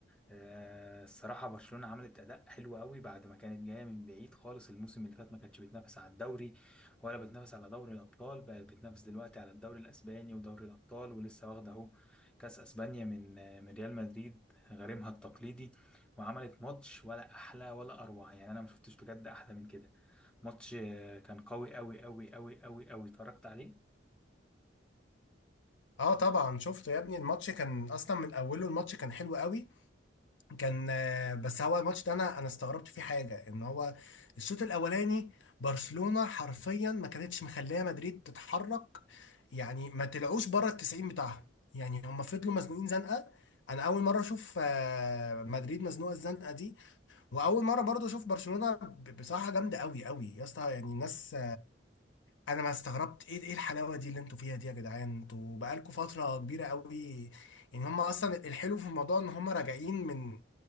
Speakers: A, in the centre; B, on the left (about 75°).
A: آه، الصراحة برشلونة عملت أداء حلو قوي بعد ما كانت جاية من بعيد خالص الموسم اللي فات ما كانتش بتنافس على الدوري ولا بتنافس على دوري الأبطال بقت بتنافس دلوقتي على الدوري الأسباني ودوري الأبطال ولسه واخدة أهو كأس أسبانيا من آه، من ريال مدريد غريمها التقليدي وعملت ماتش ولا أحلى ولا أروع يعني أنا ما شفتش بجد أحلى من كده ماتش آه، كان قوي قوي قوي قوي قوي قوي اتفرجت عليه
B: اه طبعا شفته يا ابني الماتش كان اصلا من اوله الماتش كان حلو قوي كان آه، بس هو الماتش ده انا انا استغربت فيه حاجه ان هو الشوط الاولاني برشلونه حرفيا ما كانتش مخليه مدريد تتحرك يعني ما طلعوش بره ال 90 بتاعهم يعني هم فضلوا مزنوقين زنقه انا اول مره اشوف آه، مدريد مزنوقه الزنقه دي واول مره برضو اشوف برشلونه ب- بصراحه جامده قوي قوي يا اسطى يعني الناس انا ما استغربت ايه ايه الحلاوه دي اللي انتوا فيها دي يا جدعان انتوا بقالكوا فتره كبيره قوي يعني هم اصلا الحلو في الموضوع ان هم راجعين من